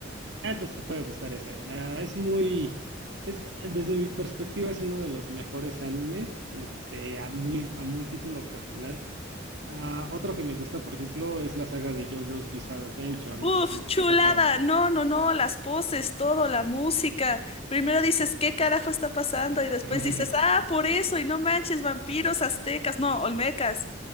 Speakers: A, on the right (about 60°); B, on the left (about 30°).
A: ah, entonces te puede gustar ese. Ah, es muy... Es, desde mi perspectiva es uno de los mejores animes, este, a muy, a muy título personal. Ah, otro que me gusta, por ejemplo, es la saga de JoJo's Bizarre Adventure, no
B: Uf,
A: sé si te
B: chulada.
A: ha tocado.
B: No, no, no, las poses, todo, la música. Primero dices, ¿qué carajo está pasando? Y después
A: <laughs>
B: dices, ah, por eso, y no manches, vampiros, aztecas, no, olmecas.